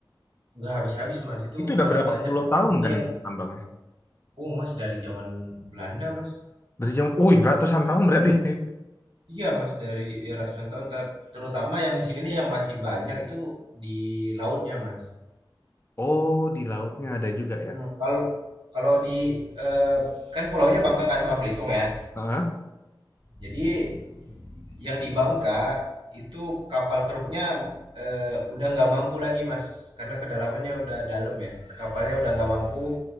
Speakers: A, on the right (about 80°); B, on the left (about 25°).
A: Nggak habis-habis, Mas, itu
B: Itu udah
A: malah
B: berapa
A: banyak
B: puluh
A: lokasi
B: tahun kan
A: yang
B: itu tambangnya.
A: oh, Mas, dari zaman Belanda, Mas.
B: Dari jam, wih ratusan tahun berarti. <laughs>
A: Iya, Mas, dari ya ratusan tahun, tap terutama yang di sini nih yang masih banyak itu di lautnya, Mas.
B: Oh di lautnya ada juga
A: Mmm, kalau kalau di eee, kan pulaunya Bangka sama Belitung ya.
B: ya.
A: Jadi Yang di Bangka, itu kapal keruknya, eee, udah nggak mampu lagi, Mas, karena kedalamannya udah dalam ya. Kapalnya udah nggak mampu